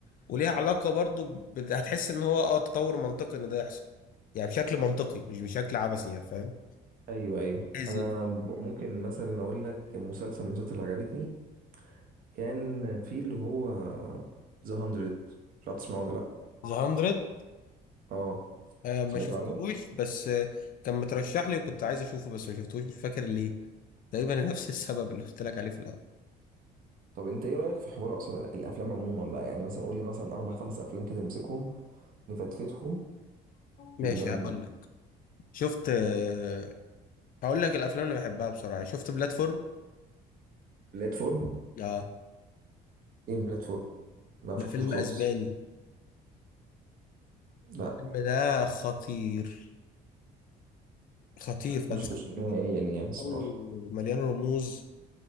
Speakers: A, on the left; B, on the right.
A: وليها علاقة برضو ب... هتحس ان هو اه تطور منطقي ان ده يحصل يعني بشكل منطقي مش بشكل عبثي يعني فاهم
B: ايوه ايوه
A: لذيذ.
B: انا ممكن مثلا اقول لك مسلسل من المسلسلات اللي عجبتني كان في اللي هو ذا 100 مش عارف تسمعه ولا لا
A: ذا 100
B: اه
A: آه ما
B: سمعت
A: شفتهوش
B: عنه
A: بس آه كان مترشح لي وكنت عايز اشوفه بس ما شفتهوش مش فاكر ليه تقريبا نفس السبب اللي قلت لك عليه في الاول
B: طب انت ايه رايك في حوار اصلا ال- الافلام عموما بقى يعني مثلا قول لي مثلا اربع خمس افلام كده نمسكهم نفتفتهم
A: ماشي
B: يبقوا جامدين
A: هقول لك شفت آه هقول لك الافلام اللي بحبها بسرعة شفت بلاتفورم
B: بلاتفورم
A: اه
B: ايه بلاتفورم ما
A: ده
B: شفتوش
A: فيلم
B: خالص
A: اسباني
B: لا
A: الفيلم ده خطير خطير فلسفي
B: ما شفتوش نهائيا يعني الصراحه
A: او مليان رموز